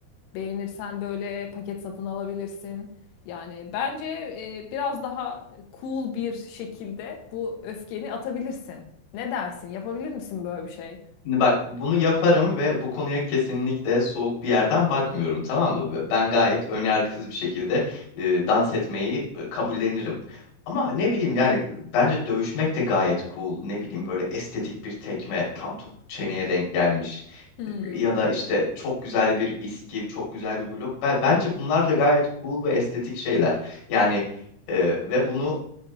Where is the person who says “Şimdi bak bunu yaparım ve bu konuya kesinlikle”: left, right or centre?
Left